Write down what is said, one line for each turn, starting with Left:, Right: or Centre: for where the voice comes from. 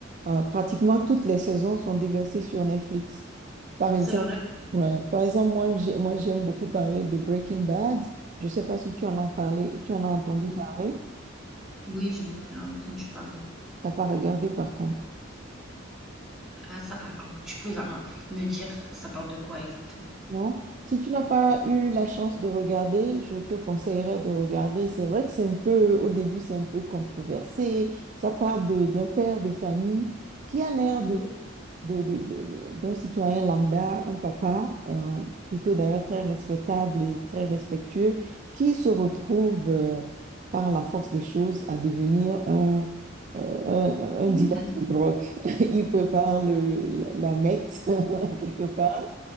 Right: euh, pratiquement toutes les saisons sont déversées sur Netflix. Par exemple,
Centre: c'est vrai.
Right: ouais, par exemple, moi, j'ai- moi, j'aime beaucoup parler de Breaking Bad. Je ne sais pas si
Centre: Oui,
Right: tu en as parlé, tu en as entendu
Centre: oui,
Right: parler.
Centre: oui, j'en ai entendu parler.
Right: T'as pas regardé, par contre.
Centre: Ah, ça, ah, tu peux ah, me dire, ça parle de quoi exactement?
Right: Non, si tu n'as pas eu la chance de regarder, je te conseillerais de regarder. C'est vrai que c'est un peu, au début, c'est un peu controversé. Ça part de- d'un père de famille qui a l'air
Centre: Oui.
Right: de, de- de- de- de- d'un citoyen lambda, un papa, un- plutôt d'ailleurs très respectable et très respectueux, qui se retrouve, euh, par la force des choses, à devenir un, euh, un, un
Centre: Oui.
Right: dealer de drogue. <laughs> Il prépare le, la, la meth, <laughs> quelque part